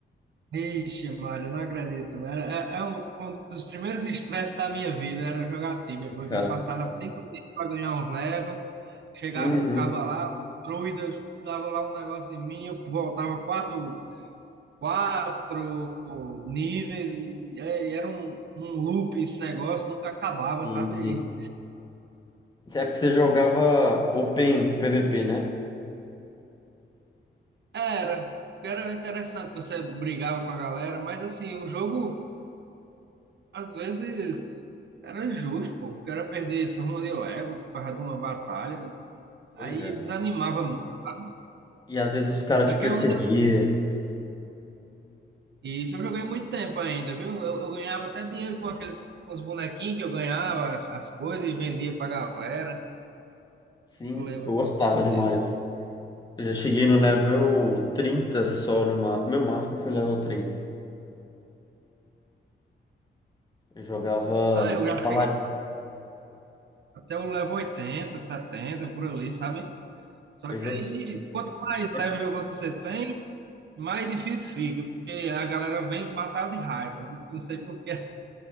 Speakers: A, on the right; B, on the left.
A: ixi, Mário, não acredito, né? É, é um, foi um dos primeiros estresses da minha vida era jogar Tibia,
B: Sim,
A: porque
B: cara.
A: eu passava cinco dias para ganhar um level, chegava
B: Uhum.
A: um cabo lá, druida, eu dava lá um negócio em mim, eu voltava quatro, quatro níveis, e, e era um, um loop esse negócio, nunca acabava,
B: Sim,
A: sabe?
B: sim.
A: E
B: Isso é porque você jogava Open PVP, né?
A: Era, porque era interessante, que você brigava com a galera, mas assim, o jogo. Às vezes era justo, pô. O cara perder esse rumo de level por causa de uma batalha. Aí
B: Pois é.
A: desanimava muito, sabe?
B: E às vezes os caras
A: Só
B: te
A: que
B: perseguiam.
A: eu ainda. Isso eu joguei muito tempo ainda, viu? Eu, eu ganhava até dinheiro com aqueles com os bonequinhos que eu ganhava, as, as coisas, e vendia pra galera.
B: Sim,
A: Eu lembro
B: eu gostava demais.
A: disso.
B: Eu já cheguei no level 30 só no ma... Meu máximo foi level 30. Eu jogava
A: Ah, eu
B: de
A: já
B: paladino.
A: cheguei até o level 80, 70, por ali, sabe? Só
B: Eu
A: que
B: jo...
A: aí, quanto mais
B: é,
A: level você tem, mais difícil fica, porque a galera vem matar de raiva, de- não sei por quê.